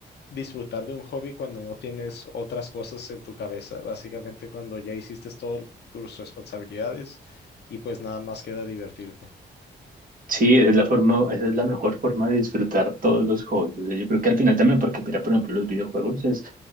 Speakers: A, on the left; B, on the right.
A: disfrutar de un hobby cuando no tienes otras cosas en tu cabeza, básicamente cuando ya hiciste todas tus responsabilidades y pues nada más queda divertirte.
B: Sí, esa es la forma, esa es la mejor forma de disfrutar todos los juegos. O sea, Yo creo que al final también, porque mira, por ejemplo, los videojuegos es,